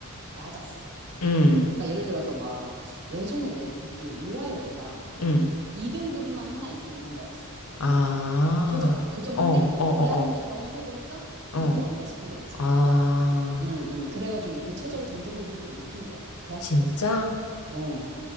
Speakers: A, on the right (about 50°); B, on the left (about 85°).
A: 낮았어.
B: 음,
A: 그러니까 예를 들어서 막 예전에 내 듣기에 이화여대가
B: 음.
A: 2등급만 하나 있으면 된다였어.
B: 아,
A: 최저가. 그 정,
B: 어,
A: 근데
B: 어, 어,
A: 대학들이
B: 어.
A: 경험해보니까
B: 어.
A: 이게 아니다 싶은 거지.
B: 아,
A: 응, 응. 그래가지고 그 최저를 점점, 점점, 점 높인 거야. 대학
B: 진짜?
A: 쪽에서. 어.